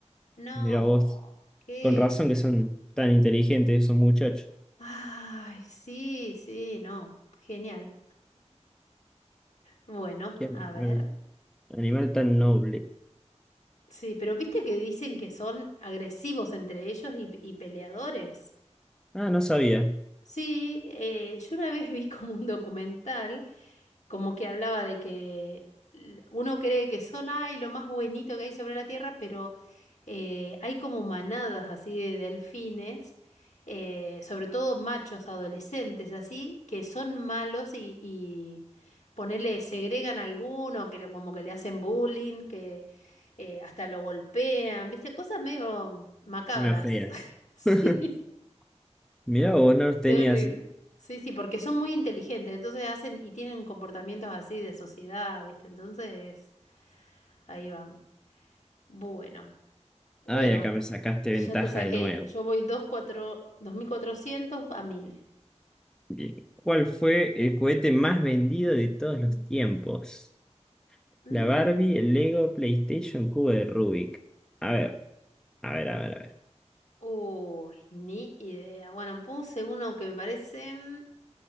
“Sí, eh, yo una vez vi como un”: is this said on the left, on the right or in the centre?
Left